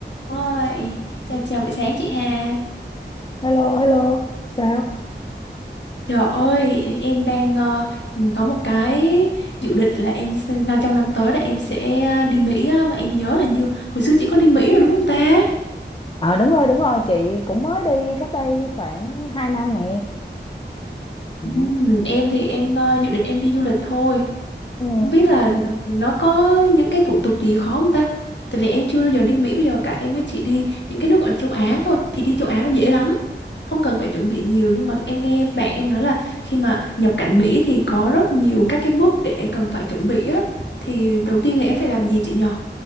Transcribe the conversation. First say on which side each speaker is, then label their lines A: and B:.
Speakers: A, on the left; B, on the left.
A: Ôi, chào chào buổi sáng chị Hà.
B: Hello, hello, sao?
A: Trời ơi, em đang ờ, có một cái dự định là em sẽ- nó trong năm tới là em sẽ ờ, đi Mỹ á, mà em nhớ là như hồi xưa chị có đi Mỹ rồi đúng không ta?
B: Ờ đúng rồi đúng rồi chị cũng mới đi cách đây khoảng 2 năm nè ừ.
A: Ừ, em thì em ờ, dự định em đi du lịch thôi
B: Ừ,
A: Không biết là n- nó có những cái thủ tục gì khó không ta? Tại vì em chưa bao giờ đi Mỹ bây giờ cả em mới chỉ đi những cái nước ở châu Á thôi thì đi châu Á nó dễ lắm. Không cần phải chuẩn bị nhiều nhưng mà em nghe bạn em nói là khi mà nhập cảnh Mỹ thì có rất nhiều các cái bước để cần phải chuẩn bị á. Thì đầu tiên thì em phải làm gì chị nhờ?